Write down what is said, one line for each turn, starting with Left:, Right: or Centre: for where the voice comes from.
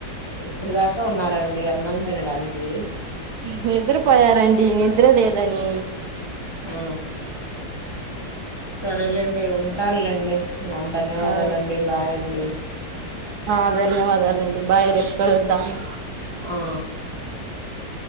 Left: ఇప్పుడు దాకా ఉన్నారండి అన్నం తినడానికి
Right: నిద్రపోయారండి నిద్ర లేదని
Left: మ్ సరేలేండి ఉంటాను లేండి ధన్యవాదాలండి
Right: ఆ
Left: బాయ్ అండి
Right: ఆ ధన్యవాదాలు అండి బాయ్ రేపు కలుద్దాము
Left: ఆ